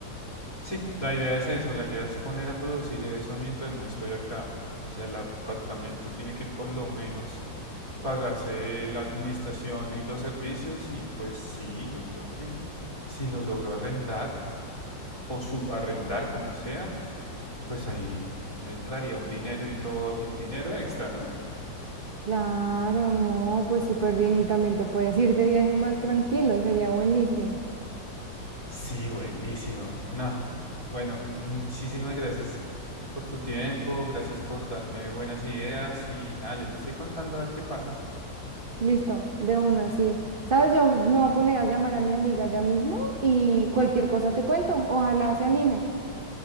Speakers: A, on the left (about 20°); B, on the right (about 70°).
A: Sí, la idea es eso, la idea es poner a producir eso mientras no estoy acá. O sea, el apartamento tiene que por lo menos pagarse la administración y los servicios y pues sí, yo creo que si lo logro arrendar o subarrendar como sea, pues ahí me entraría un dinero y todo, un dinero extra, ¿no?
B: Claro, no, pues súper bien y también te puedes ir de viaje más tranquilo, sería buenísimo.
A: Sí, buenísimo. No, bueno, muchísimas gracias por tu tiempo, gracias por darme buenas ideas y nada, yo te estoy contando a ver qué pasa.
B: Listo, de una, sí. ¿Sabes? Yo me voy a poner a llamar a mi amiga ya mismo y cualquier cosa te cuento. Ojalá se anime.